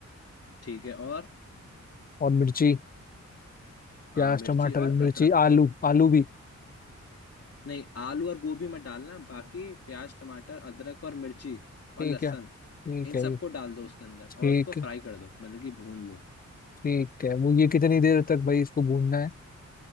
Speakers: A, on the left; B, on the left.
A: ठीक है और
B: और मिर्ची प्याज
A: हाँ मिर्ची
B: टमाटर
A: और अदरक
B: मिर्ची आलू आलू भी
A: नहीं आलू और गोभी मत डालना बाकी प्याज टमाटर अदरक और मिर्ची और
B: ठीक
A: लहसुन
B: है ठीक
A: इन
B: है
A: सबको डाल दो उसके अंदर
B: ठीक
A: और उसको फ्राई कर दो मतलब कि भून लो
B: ठीक है वो ये कितनी देर तक भाई इसको भूनना है